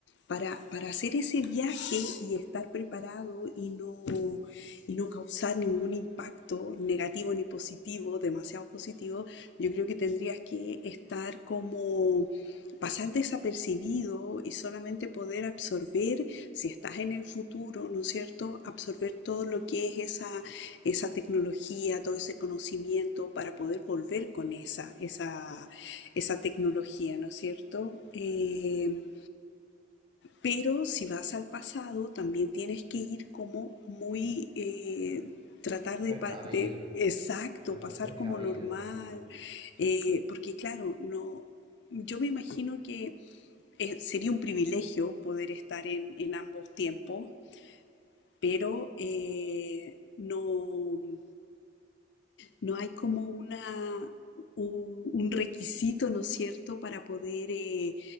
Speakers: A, on the left; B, on the right.
A: para, para hacer ese viaje y estar preparado y no, y no causar ningún impacto negativo ni positivo, demasiado positivo, yo creo que tendrías que estar como pasar desapercibido y solamente poder absorber, si estás en el futuro, ¿no es cierto?, absorber todo lo que es esa, esa tecnología, todo ese conocimiento para poder volver con esa, esa, esa tecnología, ¿no es cierto? Eh, pero si vas al pasado, también tienes que ir como muy... eh, tratar de,
B: Precavido.
A: de- exacto,
B: De pronto
A: pasar
B: precavido,
A: como normal,
B: sí.
A: eh, porque claro, no, yo me imagino que eh, sería un privilegio poder estar en, en ambos tiempos, pero eh, no, no hay como una, un, un requisito, ¿no es cierto?, para poder eh,